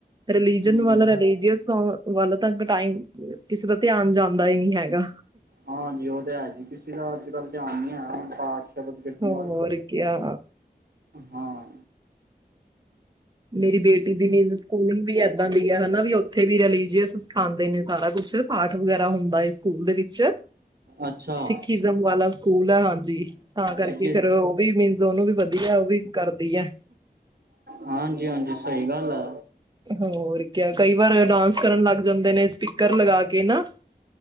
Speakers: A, on the right; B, on the right.
A: ਰਿਲੀਜਨ
B: ਹੂੰ
A: ਵਾਲਾ ਰਿਲੀਜੀਅਸ ਸੌਂ ਵੱਲ ਤੱਕ ਟਾਈਮ ਕਿਸੇ ਦਾ ਧਿਆਨ ਜਾਂਦਾ ਹੀ ਨਈ ਹੈਗਾ।
B: ਹਾਂਜੀ ਓ ਤੇ ਹੈ ਜੀ ਕਿਸੇ ਦਾ ਅੱਜ ਕੱਲ੍ਹ ਧਿਆਨ ਨੀ ਹੈ ਆ। ਪਾਠ ਸ਼ਬਦ ਕੀਰਤਨ
A: ਹੋਰ
B: ਵੱਲ
A: ਕਿਆ
B: ਹਾਂ।
A: ਮੇਰੀ ਬੇਟੀ ਦੀ ਵੀ ਸਕੂਲਿੰਗ ਵੀ ਏਦਾਂ ਦੀ ਹੈ ਹਨਾ ਵੀ ਉੱਥੇ ਵੀ ਰਲੀਜੀਅਸ ਸਿਖਾਂਦੇ ਨੇ ਸਾਰਾ ਕੁਛ ਪਾਠ ਵਗੈਰਾ ਹੁੰਦਾ ਏ ਸਕੂਲ ਦੇ ਵਿੱਚ
B: ਅੱਛਾ।
A: ਸਿੱਖਿਜ਼ਮ ਵਾਲਾ ਸਕੂਲ ਹੈ ਹਾਂਜੀ ਤਾਂ ਕਰਕੇ
B: ਸਿੱਕੇ
A: ਫਿਰ ਓ ਵੀ ਮ ਜੋ ਉਹਨੂੰ ਵੀ ਵਧੀਆ ਓ ਵੀ ਕਰਦੀ ਆ।
B: ਹਾਂਜੀ-ਹਾਂਜੀ ਸਈ ਗੱਲ ਆ।
A: ਹੋਰ ਕ ਕਈ ਵਾਰ ਡਾਂਸ ਕਰਨ ਲੱਗ ਜਾਂਦੇ ਨੇ ਸਪੀਕਰ ਲਗਾ ਕੇ ਨਾ।